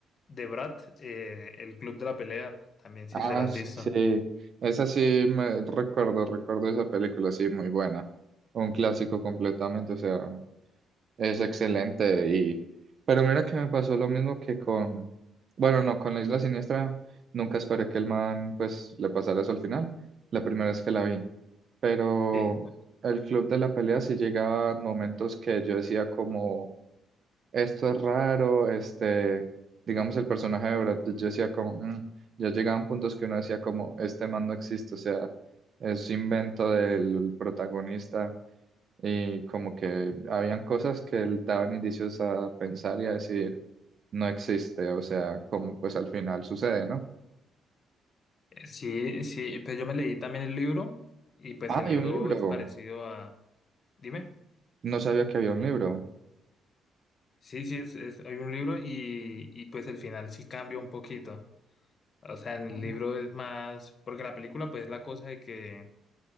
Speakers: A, on the left; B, on the right.
A: de Brad, eh, El Club de la Pelea, también si
B: Ah,
A: se la has
B: sí,
A: visto.
B: sí. Esa sí me recuerdo, recuerdo esa película, sí, muy buena. Un clásico completamente, o sea. Es excelente y pero mira que me pasó lo mismo que con bueno, no, con la Isla Siniestra nunca esperé que el man pues le pasara eso al final, la primera vez que la vi. Pero
A: Sí. Ok.
B: el club de la pelea sí llegaban momentos que yo decía como esto es raro, este, digamos el personaje de Brad Pitt, yo decía como "Mm", ya llegaban puntos que uno decía como este man no existe, o sea, es invento del protagonista y como que habían cosas que l- daban indicios a pensar y a decir, no existe, o sea, como pues al final sucede, ¿no?
A: Eh, Sí, sí, pues yo me leí también el libro y pues
B: Ah,
A: el
B: hay
A: libro
B: un libro.
A: es parecido a... Dime.
B: No sabía que había un libro.
A: Sí, sí, es, es- hay un libro y, y pues el final sí cambia un poquito. O sea, en el
B: Ah,
A: libro es más, porque en la película pues es la cosa de que,